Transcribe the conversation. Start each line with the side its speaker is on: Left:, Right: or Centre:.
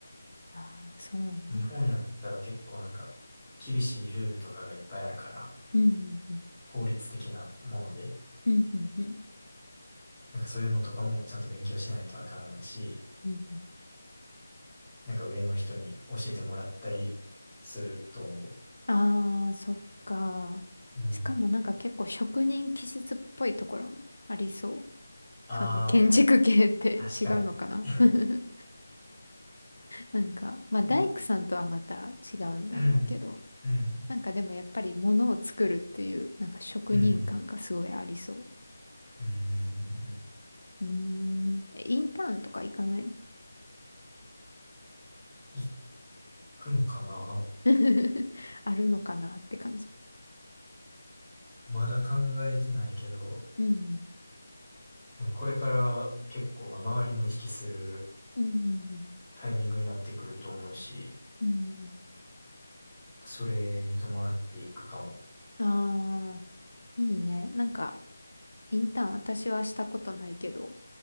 Left: ああー、そうな。
Centre: うん。日本やったら結構なんか厳しいルールとかがいっぱいあるから、
Left: うんうん
Centre: 法律的なもので、
Left: うん。うんうんうん。
Centre: なんかそういうのとかもちゃんと勉強しないとあかんし、
Left: うんうん
Centre: なんか上の人に教えてもらったりすると思
Left: ああ、そっか。
Centre: う。うん。
Left: しかもなんか結構職人気質っぽいところもありそう。
Centre: ああ、
Left: そういう建築系って違うのかな
Centre: 確かに。<laughs>
Left: <laughs> なんか、まあ大工さんとはまた違うんだろうけど、
Centre: うん、うん、うん、
Left: なんかでもやっぱり物を作るっていう、なんか職人感がすごいありそ
Centre: うん、うん、うん。うん
Left: う。うーん、えインターンとか行かないの
Centre: いっくんかな
Left: <laughs> あるのかなって感じ。
Centre: まだ考えてないけど、
Left: うんうん。
Centre: でもこれから結構、まあ、周りも意識する
Left: うんうん
Centre: タイミングになってくると思うし、
Left: うん。
Centre: それに伴っていくかも。
Left: うん。ああ、いいね。なんか、インターン私はしたことないけど、